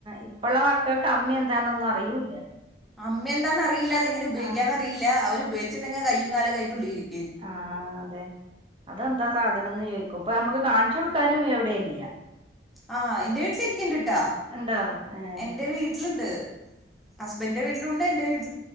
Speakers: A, on the right; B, in the centre.
A: ഇപ്പുള്ള മക്കൾക്ക് അമ്മി എന്താന്നൊന്നും അറിയൂല്ല
B: അമ്മയ എന്താന്ന് അറിയില്ല അമ്മിയന്തന്നറിയില്ല അത്ങ്ങനെ ഉപോഗിക്കാന്ന
A: ആഹ്
B: അറിയില്ല അവര് ഉപയോഗിച്ചിട്ടുണ്ടെങ്കി കയ്യും കാലൊക്കെ അയിന്റെ ഉള്ളിക്ക്
A: ആഅതെ അതെന്താ സാധനന്ന് ചോയി ഇപ്പൊ നമ്മുക്ക് കാണിച്ചു കൊടുക്കാനും എവിടെ ഇല്ല
B: ആ എറെ വീട്ടിലിരിക്കണ്ട് ട്ടാ
A: ഉണ്ടോ ഏഹ്
B: എന്റെ വീട്ടിലുണ്ട് ഹസ്ബൻന്റെ വീട്ടിലുണ്ട് എൻറെ വീട്ട